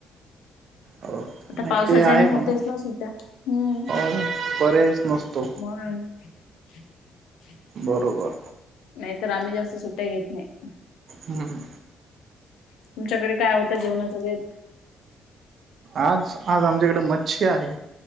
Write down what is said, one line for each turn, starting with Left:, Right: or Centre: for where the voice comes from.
Right: हो
Left: आता
Right: नाही
Left: पावसाच्याने
Right: ते आहे म्हणा
Left: होतेच ना सुट्या, हम्
Right: हो पर्यायच नसतो
Left: मग <unintelligible>
Right: बरोबर
Left: नाहीतर आम्ही जास्त सुट्ट्या घेत नाही, उ
Right: हुहुहू
Left: तुमच्याकडे काय होता जेवणाचा बेत?
Right: आज आज आमच्याकडे मच्छी आहे,